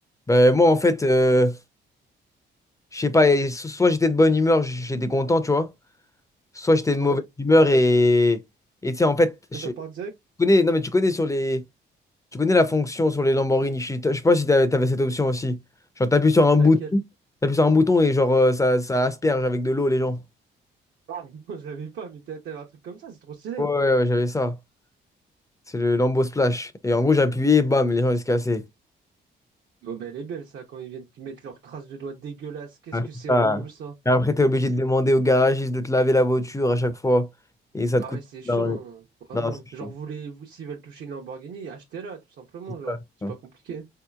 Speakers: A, on the left (about 15°); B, on the right (about 65°).
A: Bah, moi, en fait, euh, je sais pas, et so- soit j'étais de bonne humeur, j'étais content, tu vois. Soit j'étais de mauvaise
B: Ouais.
A: humeur et. Et tu sais, en fait, je
B: Et ça
A: tu
B: part direct?
A: connais. Non, mais tu connais sur les. Tu connais la fonction sur les Lamborghini. Je sais je sais pas si t'avais, t'avais cette option aussi. Genre, t'appuies sur un bouton.
B: Laquelle?
A: T'appuies sur un bouton et genre, euh, ça, ça asperge avec de l'eau les gens.
B: Ah. <laughs> Non, je l'avais pas, mais t'as t'avais un truc comme ça, c'est trop stylé.
A: Ouais, ouais, ouais, j'avais ça. C'est le Lambo Splash. Et en gros, j'appuyais, bam, les gens, ils se cassaient.
B: Bon, ben, elle est belle, ça, quand ils viennent mettre leurs traces de doigts dégueulasses. Qu'est-ce
A: Ah, c'est
B: que c'est
A: ça.
B: relou, ça?
A: Et après, tu es obligé de demander au garagiste de te laver la voiture à chaque fois. Et ça
B: Ah
A: te coûte.
B: ouais, c'est chiant,
A: Non,
B: hein, vraiment.
A: non, c'est chaud.
B: Genre, voulez-vous, s'ils veulent toucher une Lamborghini, achetez-la, tout simplement,
A: C'est
B: genre.
A: ça, c'est
B: C'est
A: ça.
B: pas compliqué.